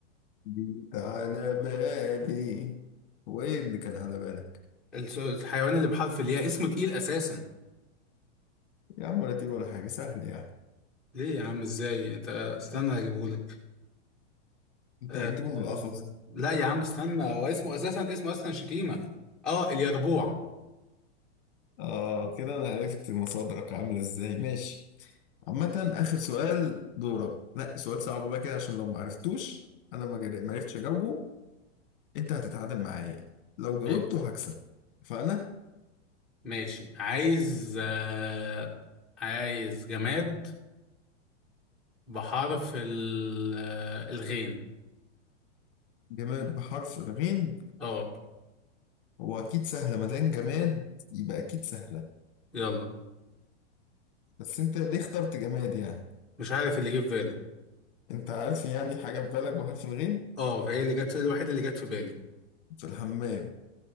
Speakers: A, on the left (about 50°); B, in the centre.
A: جيت على بالي هو ايه اللي كان على بالك
B: الس- الحيوان اللي بحرف الياء اسمه تقيل اساسا
A: يا عم ولا تقيل ولا حاجة سهل يعني
B: ليه يا عم ازاي انت استنى اجيبه لك
A: انت
B: أه...
A: هتجيبه من القفص
B: لا يا عم استنى هو اسمه اساسا اسمه اصلا شتيمه اه اليربوع
A: اه كده انا عرفت مصادرك عامله ازاي ماشي عامة اخر سؤال دورك نقي سؤال صعب بقى كده عشان لو ما عرفتوش انا ما جر- ما عرفتش اجاوبه انت هتتعادل معايا لو جاوبته
B: ماشي
A: هكسب فانا
B: ماشي عايز آه... عايز جماد بحرف ال... آه، الغين
A: جماد بحرف الغين
B: اه
A: هو اكيد سهله ما دام جماد يبقى اكيد سهله
B: يلا
A: بس انت ليه اخترت جماد يعني
B: مش عارف اللي جه في بالي
A: انت عارف يعني حاجه في بالك بحرف الغين
B: اه فهي اللي جت الوحيده اللي جت في بالي
A: في الحمام